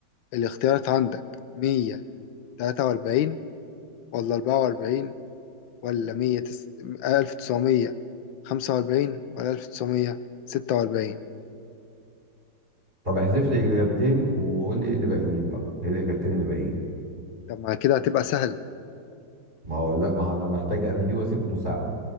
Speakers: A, on the left; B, on the right.
A: الاختيارات عندك مية تلاتة وأربعين ولا أربعة وأربعين ولا مية تس... ألف تسعمية خمسة وأربعين ولا ألف تسعمية ستة وأربعين
B: طب احذف لي اجابتين وقول لي ايه اللي باقيين بقى ايه الاجابتين اللي باقيين
A: طب ما كده هتبقى سهلة
B: ما هو لا ما هو انا محتاج انا دي وسيله مساعده